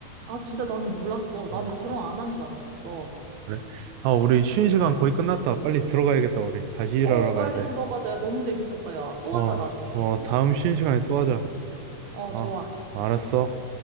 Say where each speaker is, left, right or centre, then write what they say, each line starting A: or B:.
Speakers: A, on the right; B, on the right.
A: 아, 진짜 나는 몰랐어. 나는
B: 음,
A: 결혼 안 한 줄 알았었어.
B: 그래? 아, 우리 쉬는 시간 거의 끝났다. 빨리 들어가야겠다, 우리. 다시 일하러
A: 어,
B: 가야
A: 빨리
B: 돼.
A: 들어가자. 야, 너무 재밌었다. 야, 또
B: 어,
A: 하자, 나중에.
B: 어, 다음 쉬는 시간에 또 하자.
A: 어, 좋아.
B: 어, 알았어.